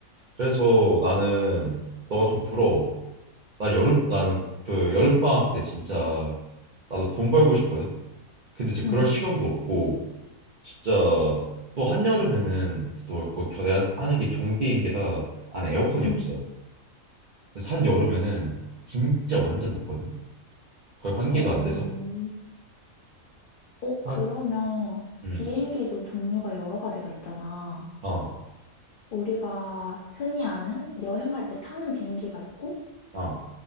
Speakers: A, on the right; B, on the left.
A: 그래서 나는 너가 좀 부러워. 나 여름 나는 그 여름 방학 때 진짜 나도 돈 벌고 싶거든. 근데 이제 그럴
B: 응,
A: 시간도 없고 진짜 또 한여름에는 또그 내가 하는 게 경비행기라 안에 에어컨이
B: 응.
A: 없어. 그래서 한여름에는 진짜 완전 덥거든. 거의 환기도
B: 어,
A: 안 돼서.
B: 어,
A: 아,
B: 그러면
A: 음.
B: 비행기도 종류가 여러 가지가 있잖아.
A: 어.
B: 우리가 흔히 아는 여행 갈 때 타는 비행기가 있고,
A: 어.